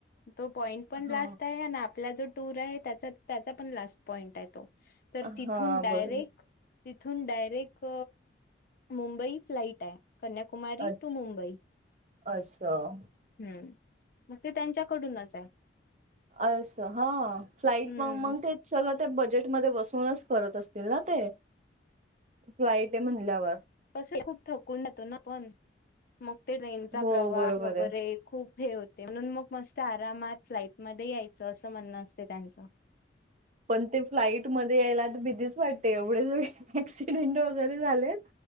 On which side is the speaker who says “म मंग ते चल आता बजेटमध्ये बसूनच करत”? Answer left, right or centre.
Right